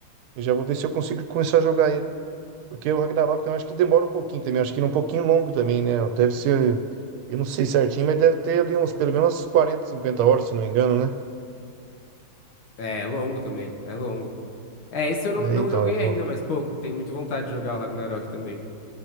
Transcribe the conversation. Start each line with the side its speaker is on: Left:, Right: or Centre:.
Right: Eu já vou ver se eu consigo começar a jogar ele. Porque o Ragnarok também acho que demora um pouquinho também. Acho que ele é um pouquinho longo também, né? Deve ser. Eu não sei certinho, mas deve ter ali uns pelo menos 40 50 horas, se não me engano, né?
Left: É, é longo também, é longo. É, esse eu não,
Right: É,
Left: não
Right: então,
Left: joguei
Right: eu vou.
Left: ainda, mas, pô, tenho muita vontade de jogar o Ragnarok também.